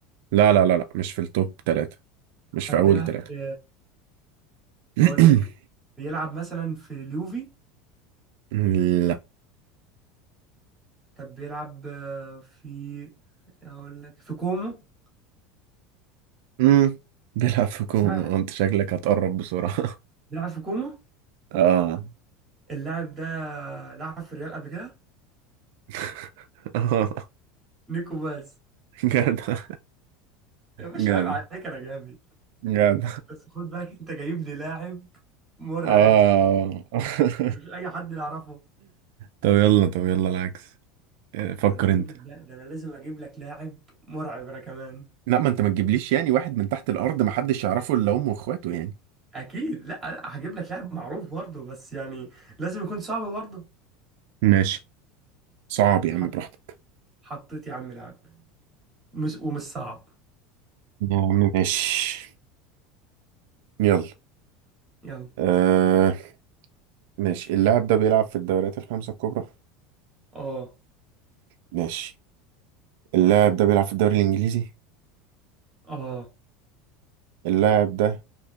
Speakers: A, on the right; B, on the right.
A: لا لا لا لا مش في التوب تلاتة مش
B: طب
A: في أول
B: بيلعب
A: تلاتة
B: في
A: <clears throat>
B: هقول لك بيلعب مثلا في اليوفي
A: لا
B: طب بيلعب آه، في هقول لك في كومو
A: امم بيلعب في كوما
B: لا
A: انت شكلك هتقرب بسرعة <laughs>
B: بيلعب في كومو
A: اه
B: اللاعب ده لعب في الريال قبل كده
A: <laughs> اه
B: نيكو باز
A: جدع
B: يا باشا
A: جدع
B: عيب عليك انا جامد
A: جدع
B: بس خد بالك انت جايب لي لاعب مرعب
A: اه <laughs>
B: مش اي حد يعرفه
A: طب يلا طب يلا العكس آه، فكر
B: ده انا هجيب
A: انت
B: لك ده ده انا لازم اجيب لك لاعب مرعب انا كمان
A: لا ما انت ما تجيبليش يعني واحد من تحت الارض ما حدش يعرفه الا امه واخواته يعني
B: اكيد لا لا هجيب لك لاعب معروف برضه بس يعني لازم يكون صعب برضه
A: ماشي صعب يا
B: حط
A: عم براحتك
B: حطيت يا عم لاعب مش ومش صعب
A: يا عم ماشي يلا
B: يلا
A: آه ماشي اللاعب ده بيلعب في الدوريات الخمسة الكبرى
B: اه
A: ماشي اللاعب ده بيلعب في الدوري الإنجليزي
B: اه
A: اللاعب ده